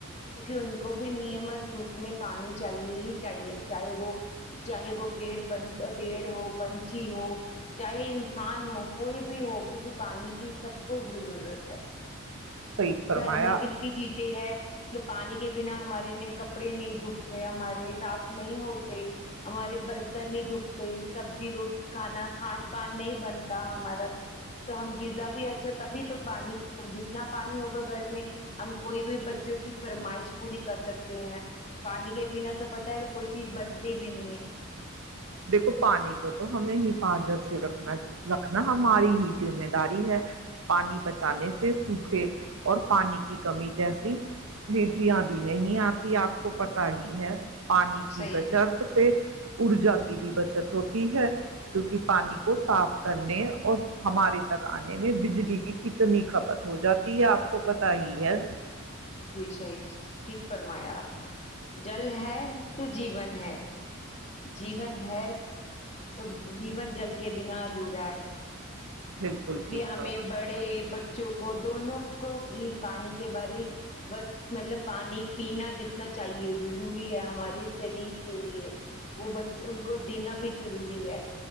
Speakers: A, on the left; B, on the right.
A: کیکہ ان کو بھی نیم مت روپ میں پانی چاہیے ہی چاہیے چاہے وہ چاہے وہ پیڑ پن پیڑ ہو پنچھی ہو چاہے انسان ہو کوئی بھی ہو کیونکہ پانی کی سب کچھ ضرورت ہے
B: صحیح فرمایا
A: گھر میں کتنی چیزیں ہے پانی کے بنا ہمارے نہیں کپڑے نہیں جھکتے ہمارے سف نہیں ہوتے ہمارے برتن نہیں دپتے سبزی رو کھانا کھان پان نہیں بنتا ہمارا تو ہم غذا بھی اچھا تبھی تو پانی جتنا پانی ہوگا گھر میں ہم کوئی بھی بچوں کی فرمائش پوری کر سکتے ہیں پانی کے بنا تو پتا ہے کوئی چیز بنتی بھی نہیں ہے
B: دیکھو پانی کو تو ہمیں حفاظت سے رکھنا رکھنا ہماری ہی مہ داری ہے پانی بچانے سے سوکھے اور پانی کی کمی جیسی جی آبھی نہیں آپ آپ کو پت ہی ہے پانی کی
A: صحیح
B: بچت سے ارجا کی بھی بچت ہوتی ہے کیونکہ پانی کو صاف کرنے اور ہمارے تکانے میں بجلی کی کتنی کھپت ہو جاتی ہے آپ کو پت ت ہی ہے
A: جی سیز ٹھیک فرمایا آپ نے جل ہے تو جین ہے جیون ہے تو جیون جل کے بنا ادھورا ہے
B: بالکل
A: اس
B: ٹھیک
A: لیے ہمیں
B: ہے
A: بڑے بچوں کو دونوں کو پانی کے بار بس مطلب پانی پینا جتنا چاہیے ضروری ہے ہماری شریر کے لیے وہ ان کو دینا بھی ضروری ہے